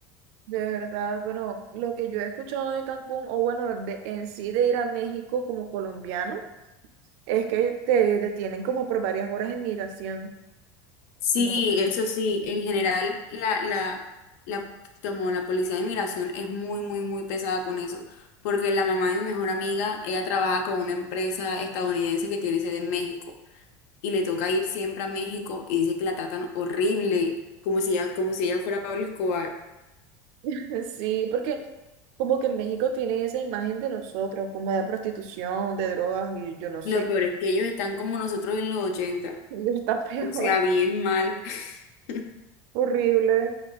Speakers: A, on the right; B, on the left.
A: De verdad, bueno, lo que yo he escuchado de Cancún, o bueno, de, en sí de ir a México como colombiano, es que te detienen como por varias horas en migración.
B: Sí,
A: No.
B: eso sí, en general la, la, la, como la policía de inmigración es muy, muy, muy pesada con eso, porque la mamá de mi mejor amiga, ella trabaja con una empresa estadounidense que tiene sede en México y le toca ir siempre a México y dice que la tratan horrible, como si ella, como si ella fuera Pablo Escobar.
A: <laughs> Sí, porque como que en México tienen esa imagen de nosotros, como de prostitución, de drogas, y yo no sé,
B: Lo peor es que ellos están como nosotros en los ochenta
A: <laughs> ellos están peor,
B: o sea, bien mal. <laughs>
A: <laughs> horrible.